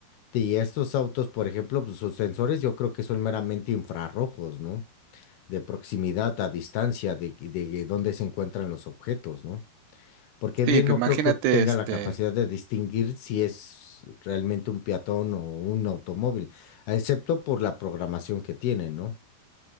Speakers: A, on the left; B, on the right.
A: Y estos autos, por ejemplo, pues sus sensores yo creo que son meramente infrarrojos, ¿no? de proximidad a distancia, de, de dónde se encuentran los objetos, ¿no? Porque
B: Sí,
A: bien
B: pues
A: no
B: imagínate,
A: creo que tenga
B: este.
A: la capacidad de distinguir si es realmente un peatón o un automóvil, excepto por la programación que tiene, ¿no?